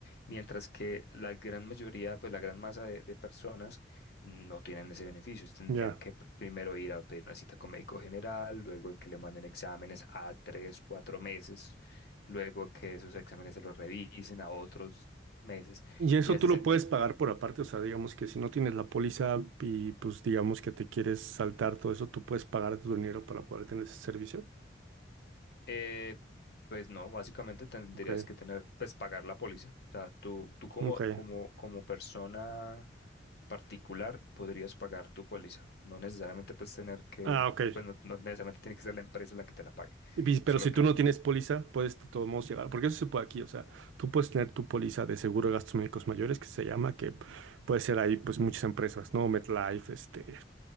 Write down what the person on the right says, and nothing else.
ya.
Y
eso
tú lo
puedes pagar por aparte, o sea, digamos que si no tienes la póliza y pues digamos que te quieres saltar todo eso, tú puedes pagar tu dinero para poder tener ese servicio.
Ok,
ok.
Ah, ok.
Y pi- Pero
si
tú no tienes póliza, puedes de todos modos llegar, porque eso se puede aquí, o sea, tú puedes tener tu póliza de seguro de gastos médicos mayores, que se llama, que puede ser ahí pues muchas empresas, ¿no? MetLife, este,